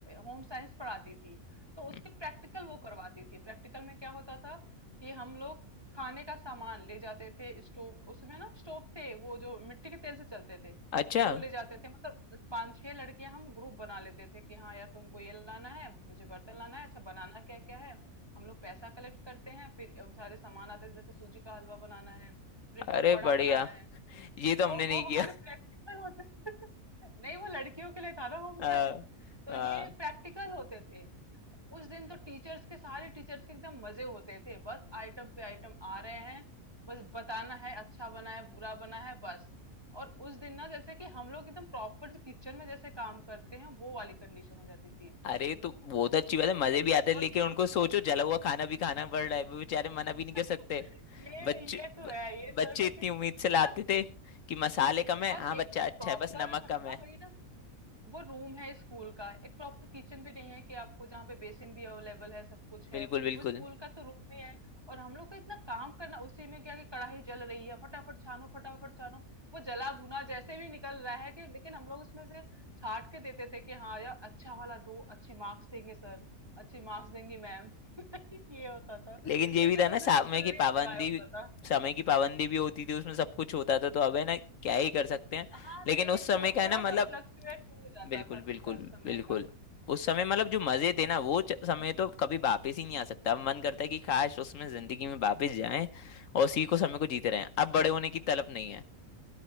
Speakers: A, on the right; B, on the left.
A: होम साइंस पढ़ाती थी तो उसके
B: हम्म,
A: प्रैक्टिकल वो करवाती थी प्रैक्टिकल में क्या होता था कि हम लोग खाने का सामान ले जाते थे स्टोव उसमें ना स्टोव थे वो जो मिट्टी के तेल से चलते थे
B: अच्छा
A: वो ले जाते थे मतलब पांच छह लड़कियां हम ग्रुप बना लेते थे कि हाँ यार तुमको ये लाना है मुझे बर्तन लाना है अच्छा बनाना क्या क्या है हम लोग पैसा कलेक्ट करते हैं फिर सारे सामान आते थे जैसे सूजी का हलवा बनाना है ब्रेड
B: अरे
A: पकौड़ा
B: बढ़िया
A: बनाना है
B: ये तो
A: तो
B: हमने
A: वो
B: नहीं किया
A: हमारे प्रैक्टिकल होते <laughs> नहीं वो लड़कियों के लिए था ना होम
B: <laughs> हाँ
A: साइंस तो
B: हाँ
A: ये प्रैक्टिकल होते थे उस दिन तो टीचर्स के सारे टीचर्स के एकदम मजे होते थे बस आइटम पे आइटम आ रहे हैं बस बताना है अच्छा बना है बुरा बना है बस और उस दिन ना जैसे कि हम लोग एकदम प्रॉपर किचन में जैसे काम करते हैं वो वाली कंडीशन हो जाती थी
B: अरे तो वो तो अच्छी बात है मजे भी आते हैं
A: और
B: लेकिन उनको
A: उनको
B: सोचो जला हुआ खाना भी खाना पड़ रहा है वो बेचारे मना भी नहीं
A: <laughs>
B: कर सकते
A: ये
B: बच्चे
A: ये तो
B: ब-
A: है ये
B: बच्चे
A: तो है क्योंकि
B: इतनी उम्मीद से लाते
A: वो ना
B: थे कि मसाले कम है
A: और
B: हाँ
A: एक
B: बच्चा
A: तो
B: अच्छा
A: प्रॉपर
B: है बस नमक कम है
A: हाँ वही ना वो रूम है स्कूल का एक प्रॉपर किचन भी नहीं है कि आपको जहाँ पे बेसिन भी अवेलेबल है सब कुछ
B: बिल्कुल
A: है
B: बिल्कुल
A: वो स्कूल का तो रूम ही है और हम लोग को इतना काम करना उसी में क्या कि कढ़ाई जल रही है फटाफट छानो फटाफट छानो वो जला भुना जैसे भी निकल रहा है कि लेकिन हम लोग उसमें से छाट के देते थे कि हाँ यार अच्छा वाला दो अच्छे मार्क्स देंगे सर अच्छे मार्क्स देंगी मैम <laughs> ये होता था
B: लेकिन ये
A: लेकिन
B: भी था ना
A: उस
B: समय
A: दिन तो फुल्ली
B: की पाबंदी
A: एंजॉय होता था
B: समय की पाबंदी भी होती थी उसमें सब कुछ होता था तो अब है ना क्या ही कर सकते हैं
A: हाँ
B: लेकिन
A: नहीं
B: उस
A: थो,
B: समय का
A: थोड़ा
B: है ना मतलब
A: सा फ्लक्चुएट हो जाता
B: बिल्कुल
A: था
B: बिल्कुल
A: समय
B: बिल्कुल
A: का
B: उस समय मतलब जो मजे थे ना वो च- समय तो कभी वापस ही नहीं आ सकता अब मन करता है कि काश उसमें जिंदगी में वापस जाएं और उसी को समय को जीते रहें अब बड़े होने की तलब नहीं है